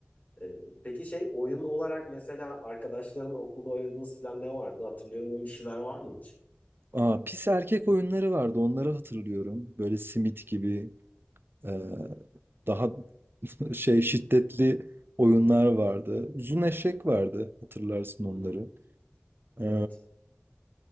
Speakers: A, on the left; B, on the right.
A: E, peki şey oyun olarak mesela arkadaşların okulda oynadığınız falan ne vardı? Hatırlıyor musun bir şeyler var mı hiç?
B: Aa, pis erkek oyunları vardı onları hatırlıyorum. Böyle simit gibi e, daha <laughs> şey şiddetli oyunlar vardı. Uzun eşek vardı hatırlarsın
A: Hı
B: onları.
A: hı. Evet.
B: Ee,